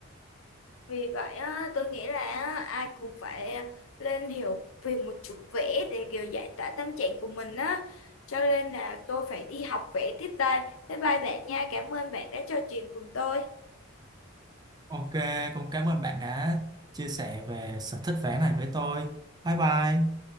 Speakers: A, on the left; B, on the right.
A: Vì vậy á, tôi nghĩ là á, ai cũng phải lên hiểu về một chút vẽ để kiểu giải tỏa tâm trạng của mình á. Cho nên là tôi phải đi học vẽ tiếp đây. Bye bye bạn nha. Cảm ơn bạn đã trò chuyện cùng tôi.
B: ok cũng cảm ơn bạn đã chia sẻ về sở thích vẽ này với tôi bye bye